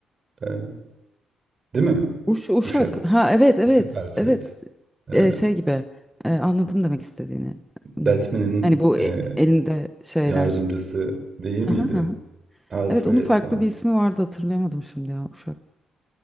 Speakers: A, on the right (about 40°); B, in the centre.
A: Eee, değil mi?
B: Uş, uşak.
A: Uşak
B: Ha evet evet
A: Uşak Alfred.
B: evet.
A: Eee,
B: Ee, şey gibi Ee, anladım demek istediğini. Hmm.
A: Batman'in,
B: Hani bu
A: eee,
B: e- elinde şeyler.
A: yardımcısı değil miydi?
B: Aha, aha.
A: Alfred
B: Evet onun farklı
A: falan.
B: bir ismi vardı hatırlayamadım şimdi ya uşak.